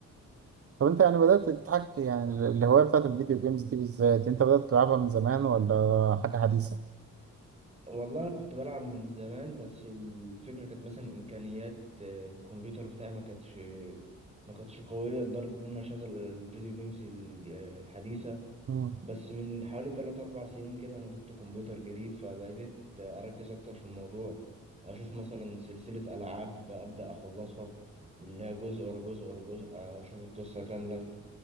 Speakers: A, on the right; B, on the right.
A: طب انت يعني بدأت تتحكم يعني ال- الهواية بتاعت الفيديو جيمز دي بالذات انت بدأت تلعبها من زمان ولا حاجة حديثة؟
B: والله انا كنت بلعب من زمان بس الفكره كانت مثلا امكانيات آه، الكمبيوتر بتاعي ما كانتش ما كانتش قويه لدرجه ان انا اشغل الفيديو جيمز ال- آه، الحديثه
A: مم.
B: بس من حوالي 3 4 سنين كده انا جبت كمبيوتر جديد فبقيت اركز اكتر في الموضوع اشوف مثلا سلسله العاب ابدا اخلصها اللي هي جزء ورا جزء ورا جزء اشوف القصه كامله